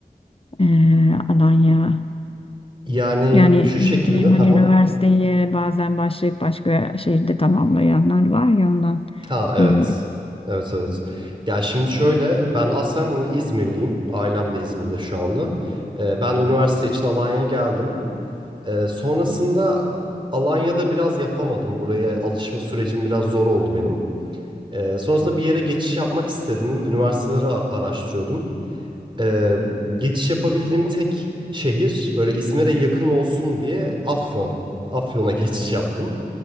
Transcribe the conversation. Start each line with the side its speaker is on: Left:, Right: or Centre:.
Left: e, Alanya?
Right: Yani
Left: Yani
Right: şu şekilde.
Left: ne bileyim
Right: Hı
Left: hani
Right: hı.
Left: üniversiteyi bazen başlayıp başka şehirde tamamlayanlar var ya ondan
Right: Ha evet.
Left: soruyorum.
Right: Evet evet. Ya şimdi şöyle ben aslen İzmirliyim. Ailem de İzmir'de şu anda. Ee, ben üniversite için Alanya'ya geldim. Ee, sonrasında Alanya'da biraz yapamadım. Buraya alışma sürecim biraz zor oldu benim. Ee, sonrasında bir yere geçiş yapmak istedim. Üniversiteleri a- araştırıyordum. Ee, geçiş yapabildiğim tek şehir böyle İzmir'e yakın olsun diye Afyon. Afyon'a <laughs> geçiş yaptım.